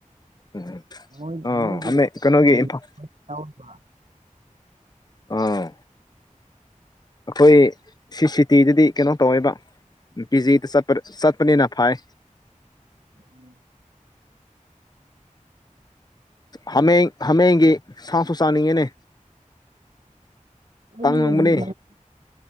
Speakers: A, on the left (about 30°); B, on the right (about 60°).
A: ꯎꯝ
B: ꯃꯣꯏ
A: ꯑꯥ
B: ꯃꯣꯏꯗꯤ
A: ꯑꯃ ꯀꯩꯅꯣꯒꯤ
B: <unintelligible>
A: ꯏꯝꯐꯥꯜ ꯑꯥ ꯑꯩꯈꯣꯏ ꯁꯤ ꯁꯤꯇꯤꯗꯗꯤ ꯀꯩꯅꯣ ꯇꯧꯋꯦꯕ ꯀꯤ ꯖꯤꯗ ꯆꯠꯄ ꯆꯠꯄꯅꯤꯅ ꯐꯥꯏ
B: ꯎꯝ
A: ꯍꯥꯃꯦꯡ ꯍꯥꯃꯦꯡꯒꯤ ꯁꯥꯁꯨ ꯆꯥꯅꯤꯡꯉꯤꯅꯦ
B: ꯑꯩꯗꯤ
A: ꯇꯥꯡꯉꯝꯒꯅꯤ
B: ꯍꯥꯃꯦꯡ